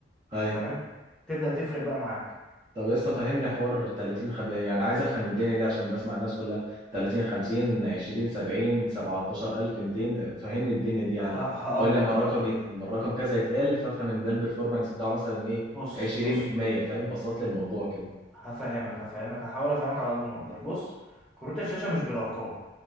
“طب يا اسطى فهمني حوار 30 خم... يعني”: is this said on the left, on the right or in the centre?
Right